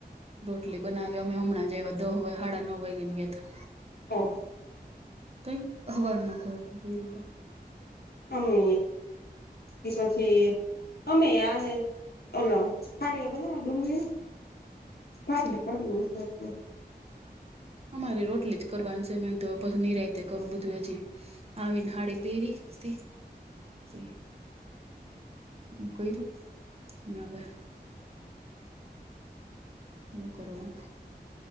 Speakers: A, on the right (about 35°); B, on the left (about 70°).
A: રોટલી બનાવ્યા અમે હમણાં જેવા દહ સાડા નવ વાય ગ ન ગયા હતા.
B: ઓહ.
A: ત્ઇ હવારમાં ગોગો કર્યો હ.
B: અમે કે પછી અમે ને ઓલ <inaudible> ફળ એ બનાવ ડુંગળી ને ભાખરી
A: છે
B: કરુ <inaudible>
A: અમારી રોટલી જ કરવાની છે મેં એક નિરાયતે કરવું બધું હજી આવીને હાળી પેરી તે હું ક્યું નહવે <inaudible> કો કરવા